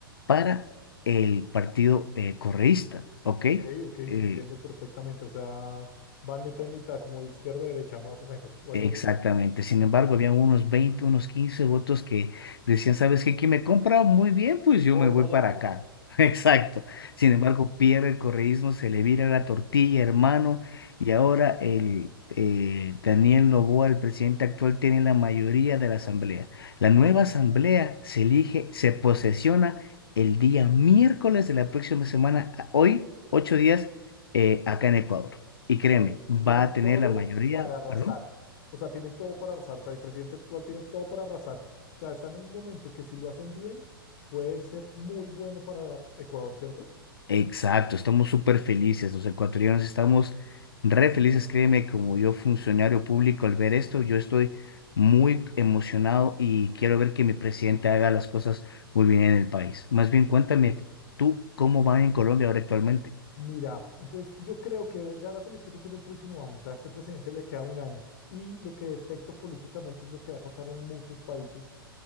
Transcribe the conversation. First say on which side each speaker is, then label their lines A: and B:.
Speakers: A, on the left; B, on the left.
A: para el partido eh, correísta, ¿ok?
B: Ok, ok,
A: Eh,
B: te entiendo perfectamente. O sea, van mitad y mitad, como izquierda y derecha, más o menos, o algo
A: Exactamente.
B: así.
A: Sin
B: Ok,
A: embargo, había unos veinte, unos 15 votos que decían, ¿sabes qué? ¿Quién me compra muy bien? Pues yo
B: voy
A: me voy
B: para allá.
A: para acá. <laughs> Exacto. Sin embargo, pierde el correísmo, se le vira la tortilla, hermano. Y ahora el eh, Daniel Noboa, el presidente actual, tiene la mayoría de la asamblea. La nueva asamblea se elige, se posesiona el día miércoles de la próxima semana, a- hoy, ocho días, eh, acá en Ecuador. Y créeme,
B: sea,
A: va
B: tienen
A: a tener
B: todo
A: la mayoría,
B: para arrasar.
A: perdón.
B: O sea, tienen todo para arrasar. O sea, el presidente actual tiene todo para arrasar. O sea, están en un momento que si lo hacen bien, puede ser muy bueno para Ecuador, ¿cierto?
A: Exacto, estamos súper felices, los ecuatorianos estamos re felices, créeme, como yo funcionario público al ver esto, yo estoy muy emocionado y quiero ver que mi presidente haga las cosas muy bien en el país. Más bien, cuéntame tú cómo van en Colombia ahora actualmente,
B: Mira, entonces yo creo que ya las elecciones son el próximo año. O sea, a este presidente le queda un año. Y lo que detecto políticamente es lo que va a pasar en muchos países